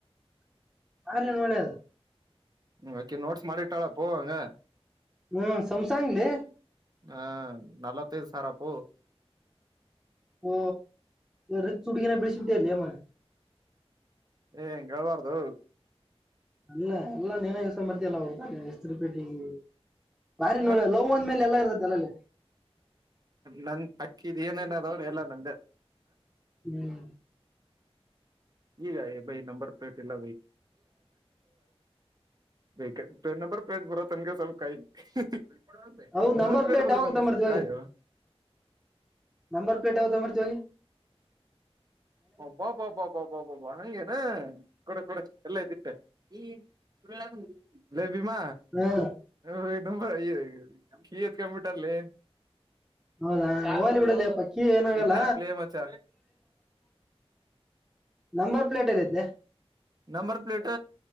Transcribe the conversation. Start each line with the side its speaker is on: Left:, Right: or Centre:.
Centre: ಆ ರೇ ನೋಳ್ಳೆಯದು
Right: ಆಕಿ ನೋಟ್ಸ್ ಮಾಡಿಟ್ಟಾಳಪ್ಪೋ ಹಂಗ
Centre: ಹ್ಮ್ ಸಮಸಂಗಲಿ
Right: ಹ್ಮ ನಲತ್ತೈದು ಸಾರ್ ಅಪ್ಪು
Centre: ಓ ರತ್ ಚುಡುಗನ ಬಿಳಿಸಿಬಿಟ್ಟಿ ಅಲ್ಲಿಲಿಮ್ಮನೆ
Right: ಏ ಹೆಂಗಗೆೇಳ್ಬಾರ್ದು
Centre: ಅಲ್ಲ ಎಲ್ಲಾ ನೇನ ಇಸ ಬರ್ತ ಎಲ್ಲ ಹೊರ್ತ ಎಸ್ರಿಪೇಟೆೆಗೆ ಬಾರಿ ನೋ
Right: ಮತ್
Centre: ಲವ್ಂದ ಮೇಲೆಲ್ಲ ಇತತ್ತದೆಲ್ಲಲ್ಲಿ
Right: ನನ್ ಅಕ್ಕಿದ್ ಏನನ ಅದ ಅವ್ ಎಲ್ಲ ನಂದೆ
Centre: ಹ್ಮ್
Right: ಈಗ ಬೈ ನಂಬರ್ ಹಟ್ಟಿಲ್ಲ ಬ ಪ್ಲೇಟ್ ಬರೋ ತನ್ಗೆ ಸ್ವಲ್ಪಾಯಿೊಂಬರ್
Centre: ಹೌದ್ ನಂಬರ್
Right: ಪ್ಲೇಟ್ ಬರ
Centre: ಯಾವಾಗ
Right: ತನ್ಗೆ
Centre: ತಗೊಂಬರ್ತೀವಿ
Right: ಸ್ವಲ್ಪ
Centre: ಹೋಗಿ
Right: ಕಾಯ
Centre: ನಂಬರ್ ಪ್ಲೇಟ್ ಯಾವತ್ತ ಮರ್ತಿ
Right: ಒ ಬಾ ಬಾ ಬಾ ಬಾ ಬಾ ಬಬ ಹಂಗೇನಾ ಕೊಡ ಕೊಡ ಎಲ್ಲ ಇದ್ದಿಟ್ಟೆ ಈ ಸ ಲೇಬಿಮ್ಮ
Centre: ಹ್ಮ್
Right: ಹ ನಂಬರಯ್ಯ ಕೀ ಎತ್ ಕಪಿಟರ್ಲ್ಲಿ
Centre: ಹೌದಾ ಅವಾಲಿ ಬಿಡಲ್ಲ ಪಕ್ಕಿ ಏನಾಗಲ್ಲ
Right: ಕಿಡ್ನಾಪ್ ಲೇ ಮಚ್ಚ
Centre: ನಂಬರ್ ಪ್ಲೇಟ್ ಏನಿದ್ದೆ
Right: ನಂಬರ್ ಪ್ಲೇಟ್